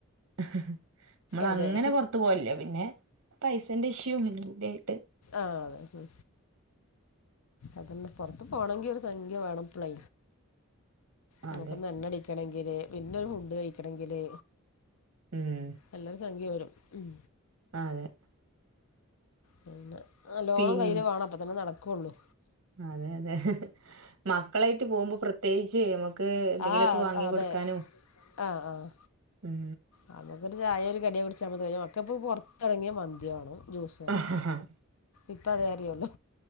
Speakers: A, on the right; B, on the left.
A: നമ്മള്
B: അതെ
A: അങ്ങനെ പുറത്ത് പോവലില്ല പിന്നെ പൈസേന്റെ ഇഷ്യൂ ഇല്ല കൂടായിട്ട്
B: ആഹ് അതന്ന് പുറത്ത് പോണമെങ്കി ഒരു സംഖ്യ വേണം ഇപ്പളേ നമുക്കന്ന്
A: അതെ.
B: എണ്ണട കഴിക്കണമെങ്കില് പിന്നെ ഒര് ഫുഡ് കഴിക്കണമെങ്കില്
A: ഉം
B: നല്ലൊരു സംഖ്യ വരും ഉം
A: ആഹ് അതെ
B: പിന്നെ ലോണും
A: പിൻ
B: കയ്യിൽ വേണം അപ്പം തന്നെ നടക്കുള്ളൂ
A: അതെ അതെ മക്കളായിട്ട് പോകുമ്പം പ്രത്യേകിച്ച് നമുക്ക് എന്തെങ്കിലുമൊക്കെ
B: ആഹ്
A: വാങ്ങി
B: അതെ
A: കൊടുക്കാനും
B: ആഹ് ആഹ്
A: ഉം
B: നമുക്കൊരു ചായയോ ഒരു കടിയോ കുടിച്ചാ മതി മക്കക്ക് പുറത്തിറങ്ങിയാ മന്തി വേണം ജൂസാള്
A: ഉം.
B: ഇപ്പതെഅറിയുള്ളൂ